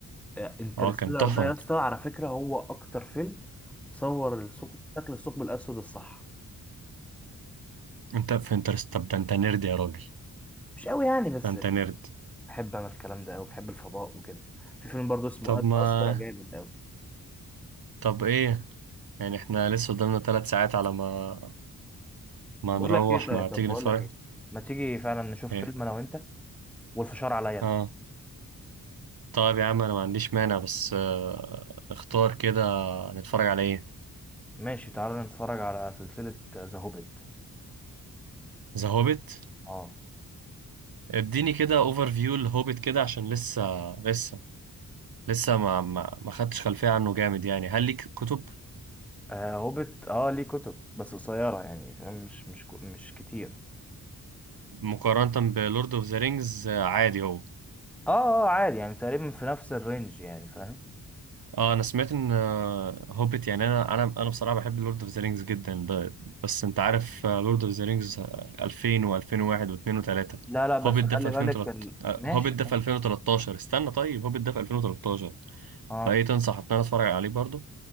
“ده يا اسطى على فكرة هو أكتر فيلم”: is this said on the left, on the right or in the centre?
Centre